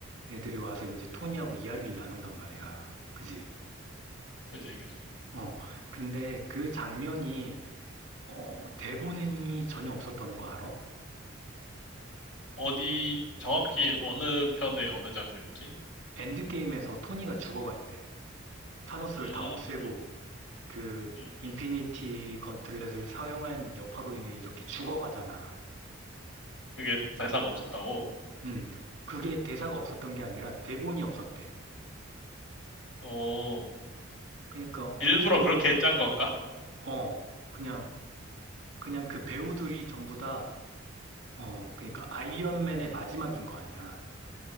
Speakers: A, on the right; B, on the left.
A: 애들이 와서 이제 토니하고 이야기를 나눈단 말이야. 그지?
B: 그치, 그치.
A: 어. 근데 그 장면이 어 대본이 전혀 없었다는 거 알아?
B: 어디 정확히 어느 편의 어느 장면이지?
A: 엔드게임에서 토니가 죽어갈 때 타노스를
B: 음,
A: 다 없애고
B: 음,
A: 그
B: 음.
A: 인피니티
B: 음.
A: 건틀렛을 사용한 여파로 인해 이렇게 죽어가잖아.
B: 그게 대사가 없었다고?
A: 음. 그게 대사가 없었던 게 아니라 대본이 없었대.
B: 어,
A: 그러니까 어떻게
B: 일부러 그렇게
A: 보면
B: 짠 건가?
A: 어, 그냥, 그냥 그 배우들이 전부 다, 어, 그러니까 아이언맨의 마지막인 거 아니야.